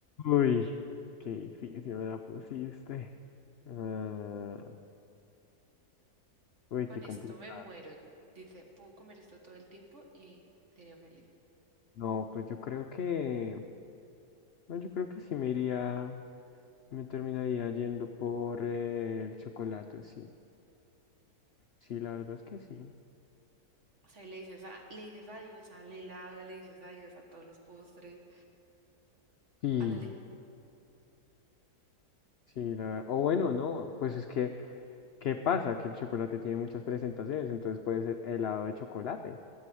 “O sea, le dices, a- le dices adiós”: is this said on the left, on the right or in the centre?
Right